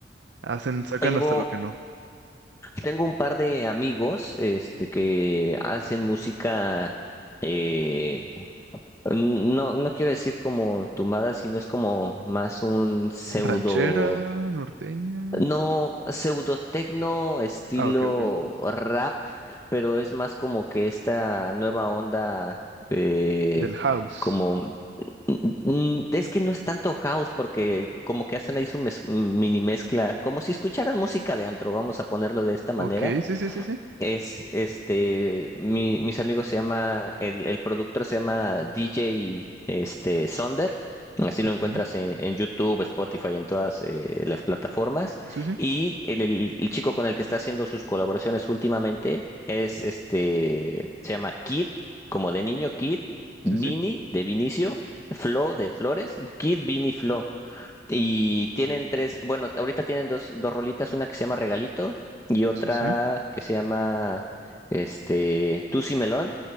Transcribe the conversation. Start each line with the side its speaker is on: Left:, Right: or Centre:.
Right: Hacen, sacan
Left: tengo,
Right: hasta lo que no.
Left: tengo un par de amigos, este, que hacen música. eh, No, no quiero decir como tumbada, sino es como más un pseudo,
Right: Ranchera, norteña.
Left: no, pseudo tecno estilo
Right: Ah, ok, ok.
Left: rap, pero es más como que esta nueva onda, eh,
Right: Del house.
Left: como, mm, es que no es tanto house, porque como que hacen ahí su mez- mini mezcla, como si escucharas música de antro, vamos a ponerlo de esta manera
Right: Ok, sí, sí, sí, sí.
Left: es este, mi- mis amigos se llama, el, el productor se llama DJ este, Sonder. Así
Right: Ok,
Left: lo encuentras en, en YouTube, Spotify, en todas eh, las plataformas.
Right: sí, sí,
Left: Y el, el- el chico con el que está haciendo sus colaboraciones últimamente es este, se llama Kid, como de niño, Kid, Vini
Right: sí, sí,
Left: de Vinicio, Flo de Flores, Kid, Vini, Flo. Y tienen tres, bueno, ahorita tienen dos, dos rolitas, una que se llama Regalito y otra
Right: sí, sí.
Left: que se llama este Tusi Melón,